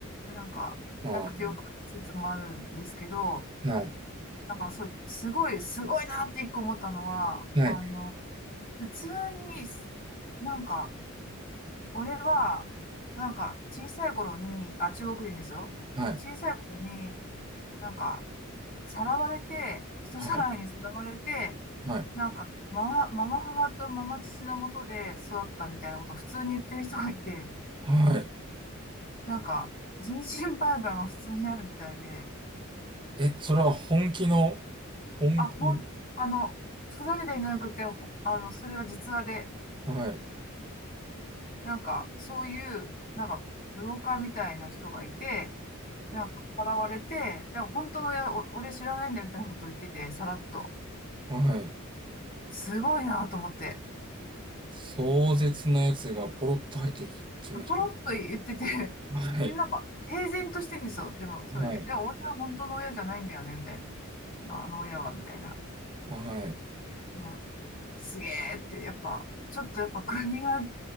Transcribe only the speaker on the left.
なんか、なくてよかった説もあるんですけど、
なんかそう、すごい、すごいなって一個思ったのは、
あの、普通に、なんか、俺は、なんか、小さい頃に、あ、中国人ですよ。
小さい頃に、なんか、さらわれて、人さらいにさらわれて、
なんか、ママ、ママ母とママ父のもとで育ったみたいなことを普通に言ってる人がいて、
なんか、人身売買が普通にあるみたいで、
あ、ほん、あの、ふざけていなくて、ほあの、それは実話で、
なんか、そういう、なんか、ブローカーみたいな人がいて、なんか、さらわれて、でも本当の親、お俺知らないんだみたいなことを言ってて、さらっと。
すごいなと思って。
ポロッと言ってて、<laughs>
で、なんか、平然としてるんですよ。でも、それで。
でも、俺は本当の親じゃないんだよね、みたいな。あの親は、みたいな。
うんすげえって、やっぱ、ちょっとやっぱ国がね、